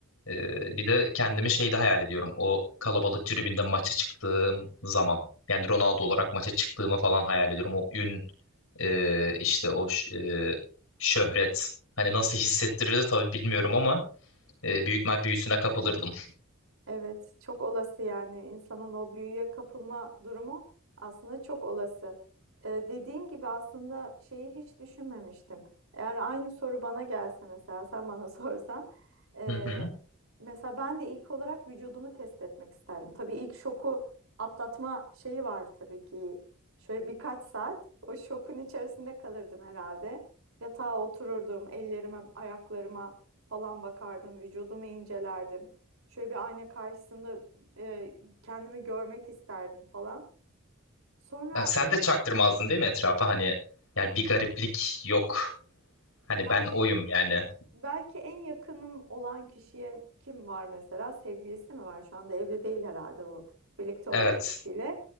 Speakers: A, on the left (about 75°); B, on the right (about 70°).
A: Ee, bir de kendimi şeyde hayal ediyorum. O kalabalık tribünde maça çıktığım zaman. Yani Ronaldo olarak maça çıktığımı falan hayal ediyorum. O ün, e, işte o ş- e, şöhret. Hani nasıl hissettirirdi tabii bilmiyorum ama e, büyük mal büyüsüne kapılırdım.
B: Evet, çok olası yani insanın o büyüye kapılma durumu aslında çok olası. Ee, dediğin gibi aslında şeyi hiç düşünmemiştim. Eğer aynı soru bana gelse mesela sen bana <laughs> sorsan, e,
A: Hı hı.
B: mesela ben de ilk olarak vücudumu test etmek isterdim. Tabii ilk şoku atlatma şeyi var tabii ki. Şöyle birkaç saat o şokun içerisinde kalırdım herhalde. Yatağa otururdum, ellerime, ayaklarıma falan bakardım, vücudumu incelerdim. Şöyle bir ayna karşısında e, kendimi görmek isterdim falan. Sonra
A: Ya sen de çaktırmazdın değil mi etrafa? Hani yani bir gariplik yok. Hani
B: yani
A: ben oyum yani.
B: Belki en yakınım olan kişiye kim var mesela? Sevgilisi mi var? Şu anda evli değil herhalde o birlikte
A: Evet.
B: olduğu kişiyle.